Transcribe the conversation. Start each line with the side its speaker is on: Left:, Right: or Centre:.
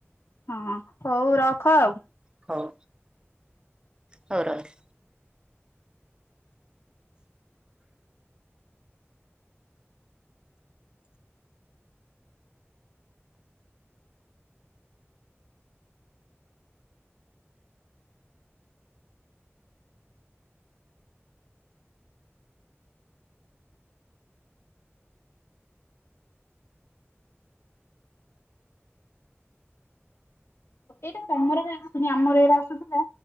Left: ହଁ ହଉ ରଖ ଆଉ
Right: ହଉ ହଉ ରହ
Left: ଏଇଟା ତମର ବି ଆସୁନି ଆମର ଏଇରେ ଆସୁଥିଲା